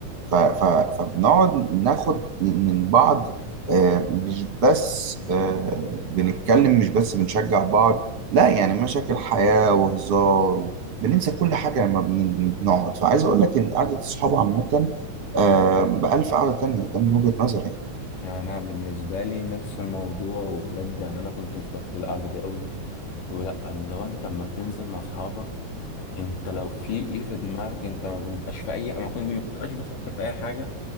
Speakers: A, on the right; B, on the left.
A: ف ف فبنقعد ناخد من بعض آه، مش بس آه، بنتكلم مش بس بنشجع بعض لا يعني مشاكل حياة وهزار و- بننسى كل حاجة لما بن- بنقعد فعايز أقول لك إن قعدة الصحاب عامة آه، بألف قعدة تانية ده من وجهة نظري
B: يعني انا بالنسبه لي نفس الموضوع وبجد يعني انا كنت مفتقد القعده دي قوي ولا يعني لو انت اما بتنزل مع اصحابك انت لو في ايه في دماغك انت ما بيبقاش في اي ما كنت ما بتبقاش بتفكر في اي حاجه